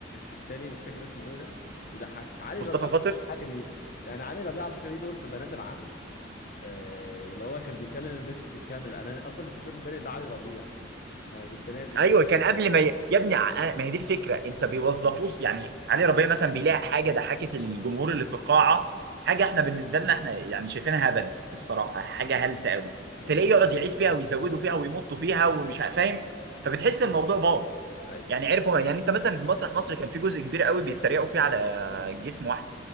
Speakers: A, on the left (about 50°); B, on the right (about 60°).
A: التاني مش فاكر اسمه ايه ده يضحكني علي
B: مصطفى
A: ربيع
B: خاطر
A: برضه بيضحكني يعني علي ربيع على فكره ليه دور في بنات العم آه، اللي هو كان بيكلم البت في الكاميرا انا اصلا ما كنتش واخد بالي إن ده علي ربيع انا كنت ناسي
B: ايوه
A: خالص
B: كان قبل ما ي... يا ابني ع- ما هي دي الفكره انت بيوظفوه يعني علي ربيع مثلا بيلاقي حاجه ضحكت الجمهور اللي في القاعه حاجه احنا بالنسبه لنا احنا يعني شايفينها هبل الصراحه حاجه هلسه قوي
A: مم.
B: تلاقيه يقعد يعيد فيها ويزودوا فيها ويمطوا فيها ومش ع- فاهم فبتحس الموضوع باظ
A: ايوه
B: يعني عرفوا يعني انت مثلا في مسرح مصر كان في جزء كبير قوي بيتريقوا فيه على جسم واحد